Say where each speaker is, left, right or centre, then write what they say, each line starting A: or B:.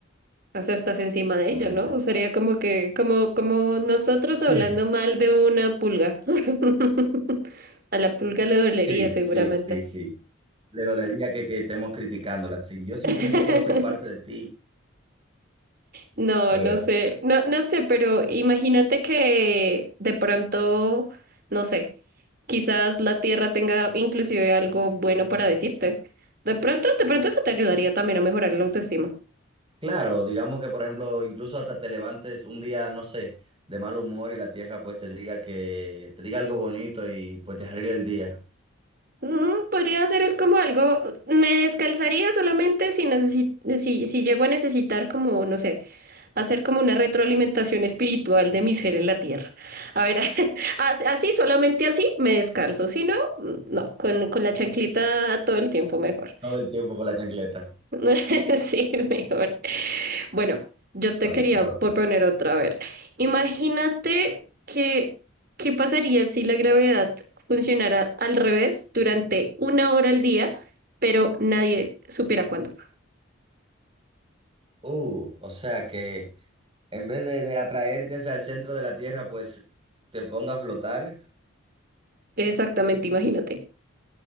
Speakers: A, on the right; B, on the right.
A: o sea, estás encima de
B: verdaderamente.
A: ella, ¿no? O sería como que, como, como nosotros
B: Sí,
A: hablando mal de una pulga. <laughs> A la pulga le dolería
B: sí,
A: seguramente.
B: sí, sí, sí. Le dolería que, que estemos criticándola. Sí, yo simplemente
A: <laughs>
B: quiero ser parte de ti.
A: No,
B: A ver,
A: no sé, no, no sé, pero imagínate que de pronto, no sé, quizás la Tierra tenga inclusive algo bueno para decirte. De pronto, de pronto eso te ayudaría también a mejorar la autoestima.
B: claro, digamos que, por ejemplo, incluso hasta te levantes un día, no sé, de mal humor y la tierra pues te diga que, te diga algo bonito y pues te arregle el día.
A: Mm, podría ser el como algo, me descalzaría solamente si, necesi- si, si llego a necesitar como, no sé. hacer como una retroalimentación espiritual de mi ser en la tierra. A ver, <laughs> as- así, solamente así me descalzo, si no, mm, no, con, con la chancleta todo el tiempo mejor.
B: Todo el tiempo con la chancleta.
A: <laughs> Sí, mejor. Bueno, yo te
B: A ver,
A: quería
B: te toca.
A: proponer otra vez. Imagínate que, ¿qué pasaría si la gravedad funcionara al revés durante una hora al día, pero nadie supiera cuándo?
B: Uh, o sea que en vez de, de atraerte hacia el centro de la Tierra, pues te ponga a flotar.
A: Exactamente, imagínate.